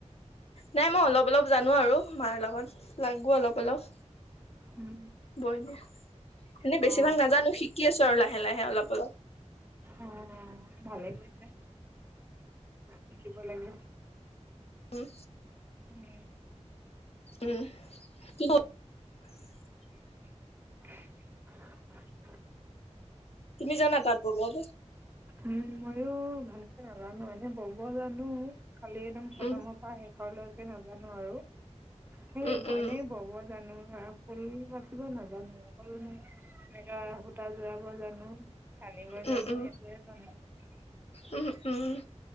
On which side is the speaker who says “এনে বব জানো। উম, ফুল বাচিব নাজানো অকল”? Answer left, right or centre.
Right